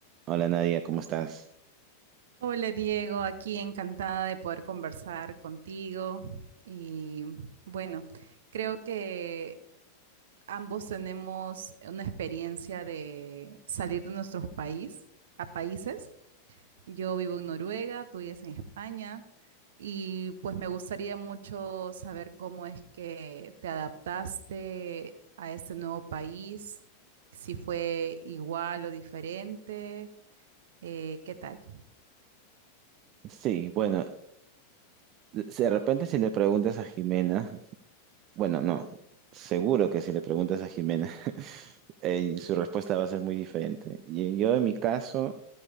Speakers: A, on the right; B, on the right.
A: Hola Nadia, ¿cómo estás?
B: Hola Diego, aquí encantada de poder conversar contigo. Y bueno, creo que ambos tenemos una experiencia de salir de nuestros país a países. Yo vivo en Noruega, tú vives en España y pues me gustaría mucho saber cómo es que te adaptaste a este nuevo país, si fue igual o diferente, eh, ¿qué tal?
A: Sí, bueno, de de repente si le preguntas a Jimena, bueno, no, seguro que si le preguntas a Jimena, <laughs> eh, su respuesta va a ser muy diferente. Y yo en mi caso,